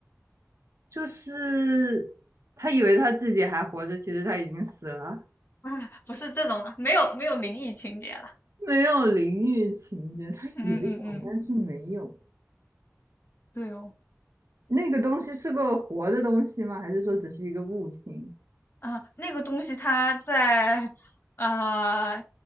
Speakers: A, on the right; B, on the left.
A: 就是他以为他自己还活着，其实他已经死了，
B: <laughs> 啊，不是这种了，没有没有灵异情节了。
A: 没有淋浴情节，他以为有，
B: 嗯嗯嗯，
A: 但是没有。
B: 对哦，
A: 那个东西是个活的东西吗？还是说只是一个物品？
B: 啊，那个东西它在，呃，